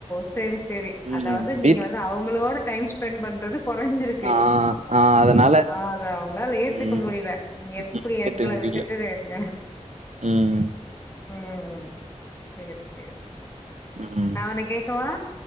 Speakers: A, on the left; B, on the right.
A: சேரி சேரி
B: ம்
A: அதாவுது நீங்க
B: வீட்
A: வந்து அவுங்களோட டைம் ஸ்பெண்ட் பண்றது குறைஞ்சிருக்கு
B: ஆ ஆ அதனால
A: அத அவுங்களால ஏத்துக்க
B: ம்
A: முடியல நீ எப்டி
B: ம் ஏத்துக்க
A: எங்கள
B: முடியல
A: விட்டு <unintelligible>
B: ம்
A: ம் சேரி சேரி
B: ம்
A: நா ஒன்னு கேக்கவா